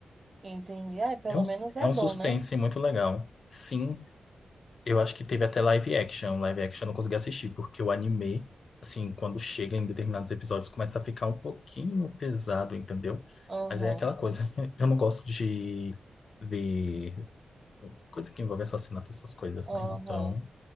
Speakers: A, on the right (about 35°); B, on the left (about 60°).
A: entendi. Ah, pelo
B: É um,
A: menos é
B: é um
A: bom,
B: suspense
A: né?
B: muito legal. Sim, eu acho que teve até live action. Live action eu não consegui assistir, porque o anime, assim, quando chega em determinados episódios, começa a ficar um pouquinho pesado, entendeu?
A: Aham,
B: Mas é aquela coisa. <laughs> Eu não gosto de ver coisa que envolve assassinato, essas coisas,
A: aham.
B: né? Então,